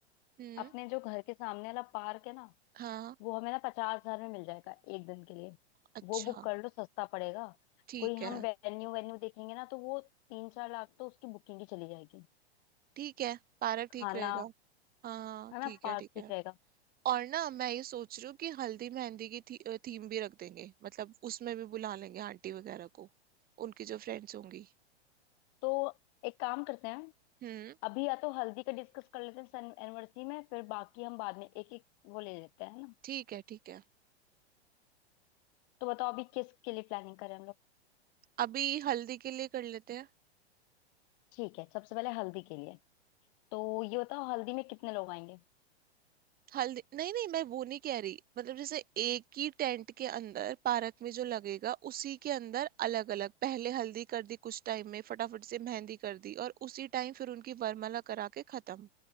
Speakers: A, on the right; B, on the left.
A: हम्म
B: अपने जो घर के सामने वाला पार्क है ना
A: हाँ
B: वो हमें ना पचास हजार में मिल जाएगा एक दिन के लिए
A: अच्छा
B: वो बुक कर लो सस्ता पड़ेगा
A: ठीक
B: कोई हम
A: है
B: वेन्यू वेन्यू देखेंगे ना तो वो तीन चार लाख तो उसकी बुकिंग की चली जाएगी
A: ठीक है पार्क
B: फिर खाना
A: ठीक रहेगा हाँ
B: है ना
A: ठीक
B: पार्क
A: है ठीक
B: ठीक
A: है
B: रहेगा
A: और ना मैं ये सोच रही हूँ कि हल्दी मेहंदी की थी, थीम भी रख देंगे मतलब उसमें भी बुला लेंगे आंटी वगैरह को उनकी जो फ्रेंड्स होंगी
B: तो एक काम करते हैं
A: हम्म
B: अभी या तो हल्दी का डिस्कस कर लेते हैं सन एनिवर्सरी में फिर बाकी हम बाद में एक एक वो ले लेते हैं ना
A: ठीक है ठीक है
B: तो बताओ अभी किस के लिए प्लानिंग करें हम लोग
A: अभी हल्दी के लिए कर लेते हैं
B: ठीक है सबसे पहले हल्दी के लिए तो ये बताओ हल्दी में कितने लोग आएंगे
A: हल्दी नहीं नहीं मैं वो नहीं कह रही मतलब जैसे एक ही टेंट के अंदर पार्क में जो लगेगा उसी के अंदर अलग अलग पहले हल्दी कर दी कुछ टाइम में फटाफट से मेहंदी कर दी और उसी टाइम फिर उनकी वरमाला करा के खत्म